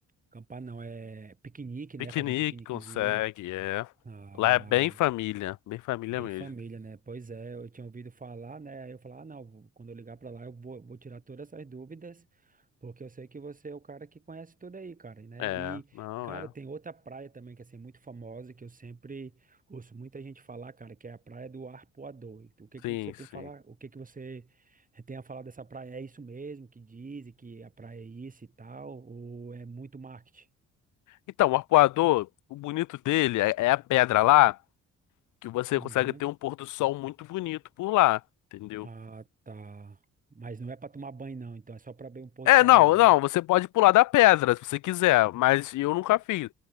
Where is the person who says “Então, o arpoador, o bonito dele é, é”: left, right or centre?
Left